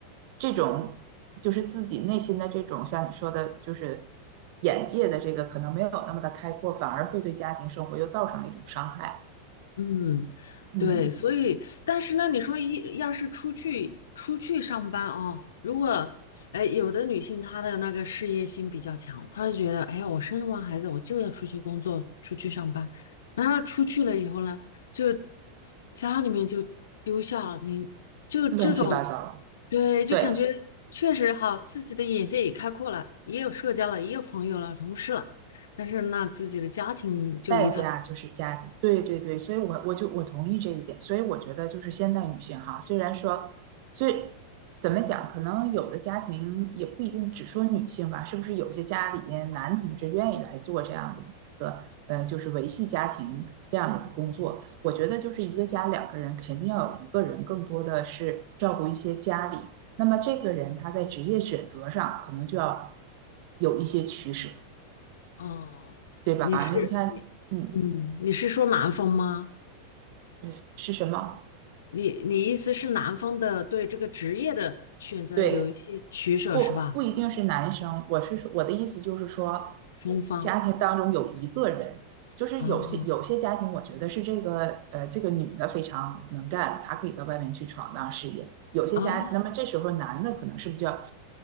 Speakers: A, on the right (about 45°); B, on the left (about 60°).
A: 这种就是自己内心的这种，像你说的，就是眼界的这个可能没有那么的开阔，反而会对家庭生活又造成了一种伤害，
B: 嗯，
A: 嗯，
B: 对，嗯所以，但是呢，你说一要是出去出去上班哦，如果，哎，有的女性她的那个事业心比较强，她就觉得，哎呀，我生完孩子我就要出去工作，出去上班，然后出去了以后呢，就家里面就丢下你，就这啊种，
A: 乱七八糟，
B: 对，就感觉确实哈，
A: 对。
B: 自己的眼界也开阔了，也有社交了，也有朋友了，同事了，但是那自己的家庭就一塌。
A: 代价就是家庭，对对对，所以我我就我同意这一点，所以我觉得就是现代女性哈，虽然说，所以怎么讲，可能有的家庭也不一定只说女性吧，是不是有些家里边男同志愿意来做这样的一个呃，就是维系家庭这样的一个工作？我觉得就是一个家两个人肯定要有一个人更多的是照顾一些家里，那么这个人他在职业选择上可能就要有一些取舍，
B: 哦，
A: 对吧？
B: 你是你，
A: 那你看，嗯。
B: 嗯，你是说男方吗？
A: 嗯是是什么？
B: 你你意思是男方的对这个职业的选择有一些取舍是吧？
A: 对，不不一定是男生。我是说，我的意思就是说，
B: 中方，
A: 呃家庭当中有一个人，就是有些有些家庭，
B: 哦
A: 我觉得是这个呃这个女的非常能干，她可以到外面去闯荡事业。有些家，
B: 哦
A: 那么这时候男的可能是比较，